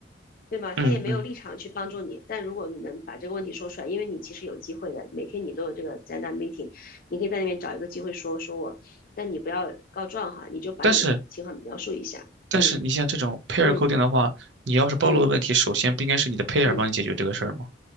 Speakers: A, on the left; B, on the right.
A: 对吗？
B: 嗯嗯，
A: 他也没有立场去帮助你。但如果你能把这个问题说出来，因为你其实有机会的，每天你都有这个灾难 meeting，你可以在那边找一个机会说说我，但你不要告状哈，你就把你情况描述一下，
B: 但是但是你像这种
A: 嗯
B: pair
A: 嗯
B: coding 的话，你要是暴露的问题，
A: 嗯
B: 首先不应该是你的 pair
A: 嗯。
B: 帮你解决这个事儿吗？
A: 嗯